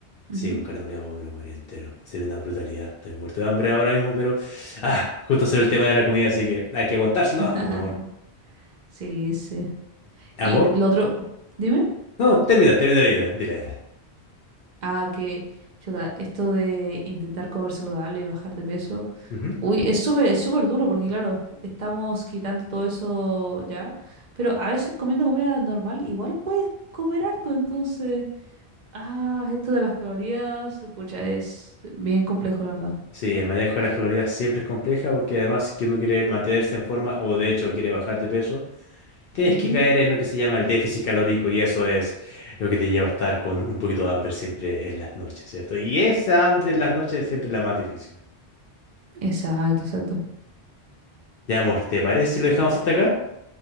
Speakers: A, on the right; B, on the left.
A: Ujú.
B: Sí, con carne molida, oh, me lo comería entero. Sería una brutalidad. Estoy muerto de hambre ahora mismo, pero. Ah, justo salió el tema de la comida, así que hay que aguantarse,
A: <laughs>
B: ¿no? Pues, mi amor.
A: Sí, sí.
B: ¿Amor?
A: Y lo otro, dime.
B: No, termina, termina la idea. Dile, dile.
A: Ah, que, chuta, esto de intentar comer saludable y bajar de peso.
B: Ujú.
A: Uy, es súper, es súper duro porque, claro, estamos quitando todo eso ya. Pero a veces comiendo comida normal, igual puedes comer harto. Entonces, ah, esto de las calorías, pucha, es bien complejo, la verdad.
B: Sí, el manejo de las calorías siempre es compleja porque además, si es que uno quiere mantenerse en forma o de hecho quiere bajar de peso, tienes
A: Ujú.
B: que caer en lo que se llama el déficit calórico y eso es lo que te lleva a estar con un poquito de hambre siempre en las noches, ¿cierto? Y esa hambre en las noches es siempre la más difícil.
A: Exacto, exacto.
B: Ya, amor, ¿te parece si lo dejamos hasta acá?